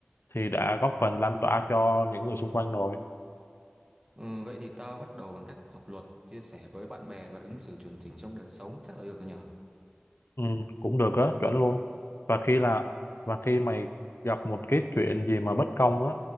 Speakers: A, on the left; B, on the right.
A: thì đã góp phần lan tỏa cho những người xung quanh rồi
B: ừ, vậy thì tao bắt đầu bằng cách học luật chia sẻ với bạn bè và ứng xử chuẩn chỉnh trong đời sống chắc là được rồi nhở
A: Ừ, cũng được á, chuẩn luôn. Và khi là và khi mày gặp một cái chuyện gì mà bất công á,